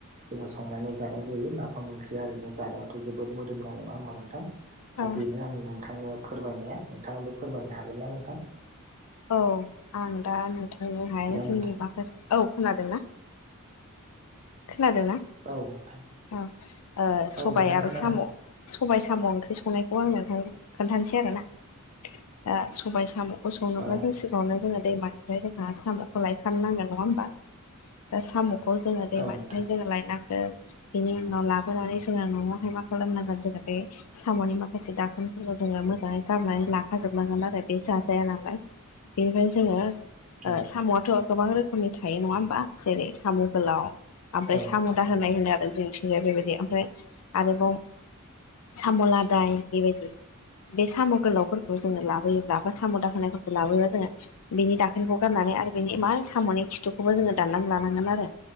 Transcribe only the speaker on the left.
औ
औ आं दा नोंथांजोंहाय
जोंनि
माखासे औ खोनादों ना? खोनादोंना
औ ओ
सबाय
आरो
साम' सबाइ साम' ओंख्रि संनायखौ आं नोंथांजों खोनथासै आरोना दा सबायाइ साम' खौ संनोब्ला
जोंसो समावनो जों दैमानिफ्राय जोंहा साम'खौ लायखनो नांगोन नङा होमबा दा सामखौ जोङो दैमानिफ्राय
जोङो लायनांगोन बेनि उनाव लाबोनानै जोङो न'आवहाय मा खालामनांगोन जोङो बे साम'नि माखासे दाखोनफोरखौ जोङो मोजाङै गारनानै लाखाजोबनांगोन आरो बे जाजाया नालाय बेनिफ्रायायनो जोङो
ओ साम'आथ' गोबां रोखोमनि थायो नङा होमबा जेरै साम' गोलाव आमफ्राय
साम'
दाहोन बाय होनो आरो जोंनिथिंजाय बेबायदि आमफ्राय आरोबाव साम' लादाय बेबायदि बे साम' गोलावफोरखौ जोङो लाबोयोब्ला बा साम' दाहोनायफोरखौ लाबोयोबा जोङो बिनि दाखोनखौ गारनानै आरो बिनि मा साम'नि खिथुखौबो जोङो दाननानै लानांगोन आरो